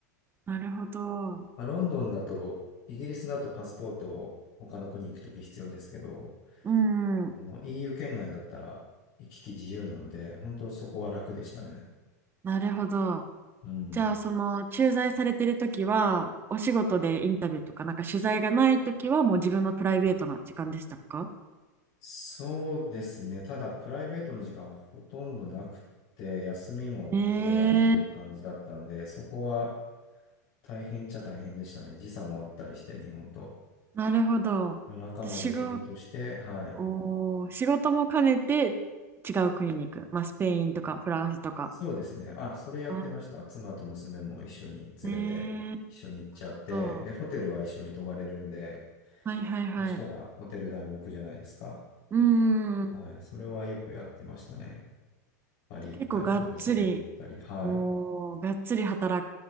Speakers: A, on the right; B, on the left.
A: なるほど。
B: まあ、ロンドンだと、イギリスだとパスポートを他の国行くとき必要ですけど、
A: うんうん、
B: もう EU 圏内だったら行き来自由なので、本当そこは楽でしたね。
A: なるほど。
B: うん。
A: じゃあその駐在されてる時はお仕事でインタビューとかなんか取材がない時はもう自分のプライベートな時間でしたか
B: そうですね。ただ、プライベートの時間ほとんどなくて、休みも取れないという感じだったんで、
A: えー、
B: そこは大変っちゃ大変でしたね。時差もあったりして、日本と。
A: なるほど。
B: 夜中まで仕事して、
A: で仕事、
B: はい。
A: おー、仕事も兼ねて違う国に行く。まあスペインとかフランスとか。
B: そうですね。あ、それやってました。
A: あ、
B: 妻と娘も一緒に連れて、
A: えー、なる
B: 一緒に行っちゃって、
A: ほど。
B: で、ホテルは一緒に泊まれるんで、
A: はいはいはい。
B: そしたらホテル代も浮くじゃないですか。
A: うーん。
B: はい。それはよくやってましたね。パリ行ったり、
A: 結構がっつり、
B: バルセロナ行ったり。はい。
A: おー、がっつり働